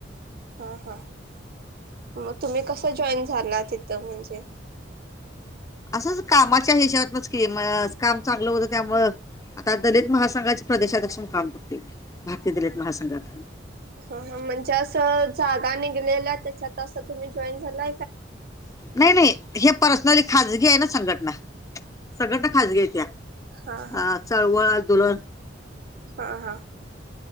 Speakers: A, on the right (about 55°); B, on the left (about 20°).
A: हा हा मग तुम्ही कस जॉईन झाला तिथं म्हणजे
B: तस कामाच्या हिशेबातनाच की काम चांगलं होतं त्यामुळ आता दलित महासंघाचे प्रदेशाध्यक्षण काम करते मी भारतीय दलित महासंघात
A: ह म्हणजे अस जागा निघलेल्या त्याच्यात असं तुम्ही जॉईन झाला
B: नाही नाही हे पर्सनली खजगी आहे ना संघटना. सगळं तर खाजगी आहेतेत्या
A: हा हा
B: अ चळवळ दुलण
A: हा हा